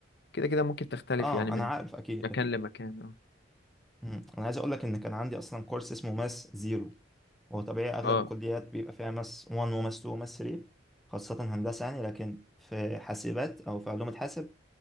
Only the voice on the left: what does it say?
كده كده ممكن تختلف
يعني من
مكان
لمكان اه
اه